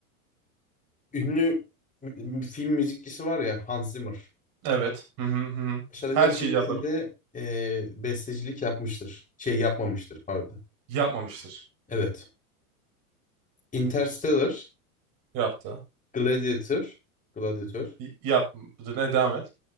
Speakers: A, on the left; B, on the right.
A: ünlü mü- film müzikçisi var ya Hans Zimmer.
B: Evet. Hı hı hı. hı.
A: Aşağıdakilerin
B: Her şeyi
A: hangisinde
B: cevaplarım.
A: e, bestecilik yapmıştır? Şey yapmamıştır pardon.
B: Yapmamıştır.
A: Evet. Interstellar,
B: Yaptı.
A: Gladiator, Gladiator,
B: Y- Yapmadı. Ne devam et.